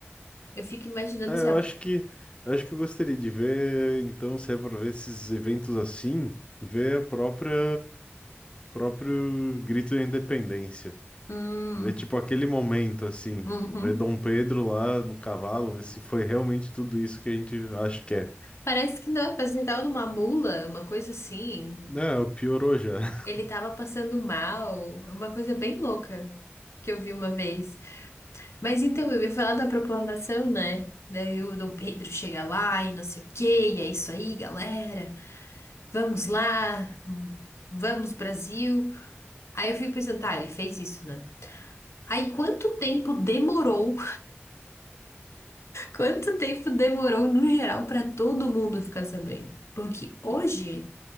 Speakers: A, on the left; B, on the left.
A: Eu fico imaginando
B: É,
A: assim,
B: eu
A: ó,
B: acho que eu acho que eu gostaria de ver, então, se é para ver esses eventos assim, ver a própria próprio grito da independência.
A: hum,
B: Ver tipo aquele momento assim,
A: uhum.
B: tipo, ver Dom Pedro lá no cavalo, ver se foi realmente tudo isso que a gente acha que é.
A: Parece que não, parece que ele tava numa mula, uma coisa assim.
B: Não, piorou já. <laughs>
A: Ele tava passando mal, uma coisa bem louca que eu vi uma vez. Mas então, eu ia falar da proclamação, né? Daí o Dom Pedro chega lá e não sei o quê, e é isso aí, galera. Vamos lá, vamos Brasil. Aí eu fico pensando, tá, ele fez isso, né? Aí quanto tempo demorou? <laughs> Quanto tempo demorou no geral pra todo mundo ficar sabendo? Porque hoje